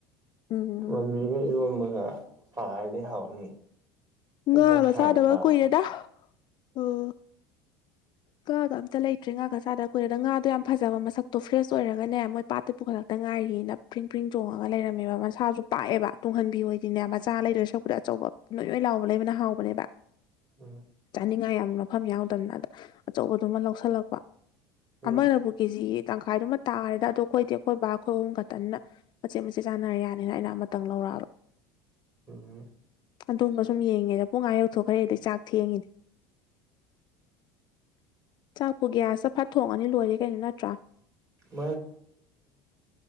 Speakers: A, on the left; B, on the right.
A: ꯎꯝ
B: ꯇꯨꯡꯍꯟꯕꯤꯒ ꯏꯔꯣꯝꯕꯒ ꯄꯥꯔꯗꯤ ꯍꯥꯎꯅꯤ ꯐꯣꯡ
A: ꯉꯥꯒ
B: ꯐꯣꯡ ꯁꯥꯅ
A: ꯆꯥꯗꯕ
B: ꯁꯥꯕꯗꯣ
A: ꯀꯨꯏꯔꯦꯗ ꯑꯣ ꯉꯥꯒ ꯑꯝꯇ ꯂꯩꯇ꯭ꯔꯦ ꯉꯥꯒ ꯆꯥꯗ ꯑꯩꯈꯣꯏꯗ ꯉꯥꯗꯣ ꯌꯥꯝꯅ ꯐꯖꯕ ꯃꯁꯛꯇꯣ ꯐ꯭ꯔꯦꯁ ꯑꯣꯏꯔꯒꯅꯦ ꯃꯣꯏ ꯄꯥꯠꯇ ꯄꯨꯈꯠꯂꯛꯇ ꯉꯥꯏꯔꯤꯅ ꯄ꯭ꯔꯤꯡ ꯄ꯭ꯔꯤꯡ ꯆꯣꯡꯉꯒ ꯂꯩꯔꯝꯃꯦꯕ ꯃꯁꯥꯁꯨ ꯄꯥꯛꯑꯦꯕ ꯇꯨꯡꯍꯟꯕꯤꯕ ꯑꯣꯏꯣꯏꯗꯤꯅꯦ ꯃꯆꯥ ꯂꯩꯗꯣꯏ ꯁꯛꯄꯗ ꯑꯆꯧꯕ ꯅꯣꯏ ꯅꯣꯏ ꯍꯥꯎꯕꯅꯦꯕꯅ ꯍꯥꯎꯕꯅꯦꯕ
B: ꯎꯝ
A: ꯑ ꯅꯤꯡꯉꯥꯏ ꯌꯥꯝ ꯃꯐꯝ ꯌꯥꯎꯗꯕꯅ ꯑꯗ ꯑꯆꯧꯕꯗꯨꯃ ꯂꯧꯁꯤꯜꯂꯛꯄ
B: ꯎꯝ
A: ꯑꯃꯅꯕꯨ ꯀꯦꯖꯤ ꯇꯪꯈꯥꯏꯗꯨꯃ ꯇꯥꯔꯦꯗ ꯑꯗꯣ ꯑꯩꯈꯣꯏꯗꯤ ꯑꯩꯈ ꯕꯥ ꯑꯩꯈꯣꯏ ꯑꯍꯨꯝ ꯈꯛꯇꯅ ꯃꯆꯦꯠ ꯃꯆꯦꯠ ꯆꯥꯅꯔ ꯌꯥꯅꯤꯅ ꯑꯩꯅ ꯑꯃꯇꯪ ꯂꯧꯔꯛꯑꯕ <inaudible>
B: ꯎꯝ
A: ꯑꯗꯨꯝꯕ ꯁꯨꯝ ꯌꯦꯡꯉꯦꯗ ꯄꯨꯡ ꯑꯥ ꯌꯧꯊꯣꯛꯈ꯭ꯔꯦ ꯑꯗꯨꯏ ꯆꯥꯛ ꯊꯦꯡꯉꯤꯅꯦ ꯆꯥꯛꯄꯨ ꯒ꯭ꯌꯥꯁ ꯐꯠ ꯊꯣꯡꯉꯅꯤ ꯂꯣꯏꯔꯦ ꯀꯩꯅꯣ ꯅꯠꯇ꯭ꯔꯥ
B: <unintelligible>